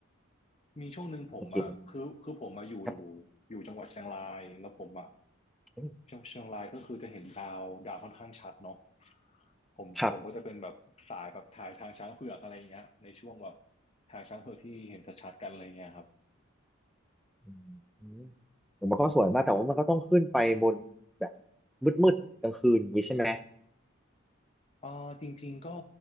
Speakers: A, on the left; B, in the centre.
A: มีช่วงหนึ่งผมอ่ะคือคือผมมาอยู่
B: สเคปมันครับ
A: อยู่จังหวัดเชียงราย แล้วผมอ่ะ
B: เอ้ย
A: เชียงเชียงรายก็คือจะเห็นดาวดาวค่อนข้างชัดเนาะผมผมก็จะเป็นแบบสายแบบถ่ายทางช้างเผือกอะไรเงี้ย
B: ครับ
A: ในช่วงแบบทางช้างเผือกที่เห็นชัดๆกันอะไรเงี้ยครับ
B: อืมอืมผมมันก็สวยมากแต่ว่ามันก็ต้องขึ้นไปบนแบบมืดๆกลางคืนอย่างนี้ใช่ไหม
A: เอ่อจริงๆก็